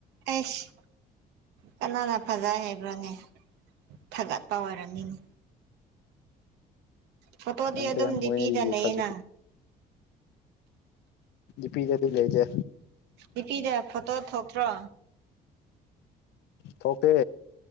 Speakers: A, on the right; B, on the left.
A: ꯑꯩꯁ ꯀꯅꯥꯅ ꯐꯖꯩ ꯍꯩꯕ꯭ꯔꯣꯅꯦ ꯊꯒꯠꯄ ꯑꯣꯏꯔꯅꯤꯅꯦ ꯐꯣꯇꯣꯗꯤ
B: ꯈꯪꯗꯦ
A: ꯑꯗꯨꯝ ꯗꯤ
B: ꯃꯣꯏꯒꯤ
A: ꯄꯤꯗ ꯂꯩꯌꯦꯅ
B: ꯐꯖꯩ ꯗꯤꯄꯤꯗꯗꯤ ꯂꯩꯇꯦ
A: ꯗꯤꯄꯤꯗ ꯐꯣꯇꯣ ꯊꯣꯛꯇ꯭ꯔꯣ
B: ꯊꯣꯛꯇꯦ